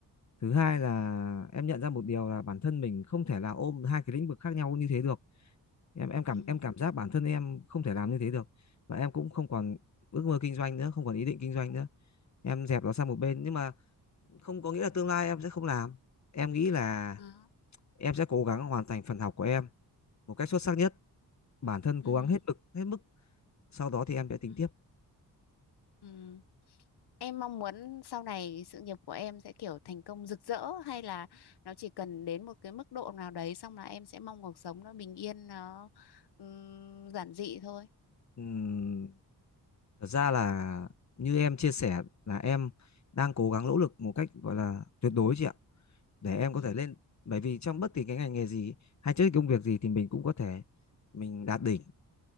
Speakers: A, on the left; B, on the left.
A: thứ hai là em nhận ra một điều là bản thân mình không thể là ôm hai cái lĩnh vực khác nhau như thế được em em cảm
B: ừ
A: em cảm giác bản thân em không thể làm như thế được và em cũng không còn ước mơ kinh doanh nữa không còn ý định kinh doanh nữa em dẹp nó sang một
B: ừ
A: bên nhưng mà không có nghĩa là tương lai em sẽ không làm em nghĩ là
B: Đó.
A: em sẽ cố gắng hoàn thành phần học của em một cách xuất sắc nhất bản thân cố
B: ừ
A: gắng hết lực hết mức sau đó thì em sẽ tính
B: ừ
A: tiếp
B: ừ Em mong muốn sau này sự nghiệp của em sẽ kiểu thành công rực rỡ hay là nó chỉ cần đến một cái mức độ nào đấy xong là em sẽ mong cuộc sống nó bình yên nó ừm, giản dị thôi.
A: Ừm, thật ra là như em chia sẻ là em đang cố gắng nỗ lực một cách gọi là tuyệt đối chị ạ để em
B: Ừ.
A: có thể lên bởi vì trong bất kỳ cái ngành nghề gì hay trước công việc gì thì mình cũng có thể mình đạt đỉnh